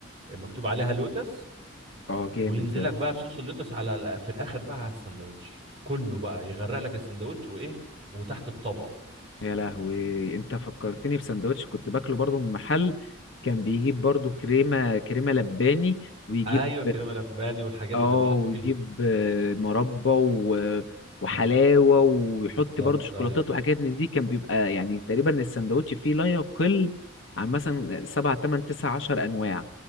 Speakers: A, on the right (about 30°); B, on the left (about 65°).
A: مكتوب عليها لوتس
B: اه جامد
A: وينزل
B: ده
A: لك بقى بصوص اللوتس على ال- في الاخر بقى على السندوتش كله بقى يغرق لك السندوتش وايه وتحت الطبق
B: يا لهوي انت فكرتني في سندوتش كنت باكله برضو من محل كان بيجيب برضو كريمة كريمة لباني ويجيب
A: ايوه كريمه لباني والحاجات
B: اه
A: اللي بتتحط
B: ويجيب
A: فيها
B: آه، مربى و... وحلاوة
A: ايوه
B: ويحط
A: بالظبط
B: برضو شوكولاتات
A: ايوه
B: وحاجات من دي كان بيبقى يعني تقريبا السندوتش فيه لا يقل عن مثلا سبعة تمن تسعة عشر أنواع